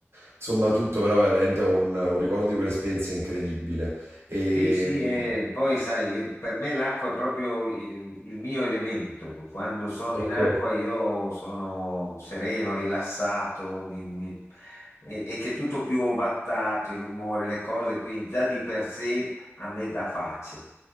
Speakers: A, on the right; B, on the left.
A: insomma tutto, però veramente ho un, un ricordo di quell'esperienza incredibile. E,
B: Sì, sì,
A: mm,
B: e poi sai, io- per me l'acqua è proprio il, il mio elemento. Quando sono
A: ok,
B: in acqua io sono sereno, rilassato, mi- mi- e, e che tutto più ovattato, i rumori, le cose, quindi già di per sé a me dà pace.